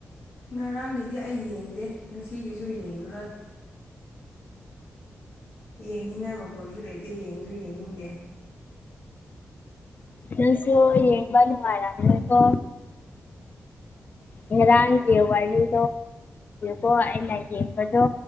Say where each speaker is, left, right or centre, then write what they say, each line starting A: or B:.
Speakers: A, on the left; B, on the left.
A: ꯉꯔꯥꯡꯒꯤꯗꯤ ꯑꯩ ꯌꯦꯡꯗꯦ ꯉꯁꯤꯒꯤꯁꯨ ꯌꯦꯡꯂꯡꯉꯨꯔꯣꯏ ꯌꯦꯡꯅꯤꯡꯉꯥꯏ ꯃꯐꯝꯁꯨ ꯂꯩꯇꯦ ꯌꯦꯡꯁꯨ ꯌꯦꯡꯅꯤꯡꯗꯦ
B: ꯅꯁꯨꯣ ꯌꯦꯡꯕꯅ ꯑꯔꯝꯅꯀꯣ ꯍꯦꯔꯥꯡ ꯀ ꯋꯥꯗ ꯀꯣ ꯑꯩꯅ ꯕꯗꯣ